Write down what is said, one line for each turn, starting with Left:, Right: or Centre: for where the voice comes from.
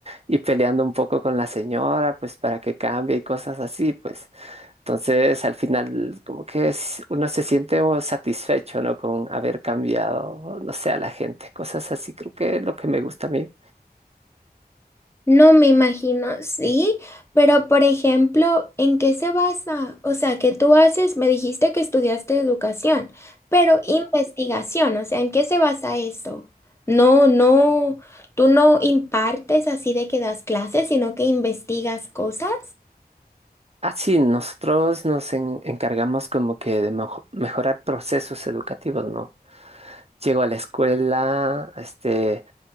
Right: y peleando un poco con la señora, pues para que cambie y cosas así, pues. Entonces al final como que es, uno se siente oh, satisfecho, ¿no? Con haber cambiado, no sé, a la gente, cosas así, creo que es lo que me gusta a mí.
Left: No me imagino, sí, pero por ejemplo, ¿en qué se basa? O sea, ¿qué tú haces? Me dijiste que estudiaste educación, pero investigación, o sea, ¿en qué se basa eso? No, no, tú no impartes así de que das clases, sino que investigas cosas.
Right: Así, nosotros nos en- encargamos como que de mejo- mejorar procesos educativos, ¿no? Llego a la escuela, este,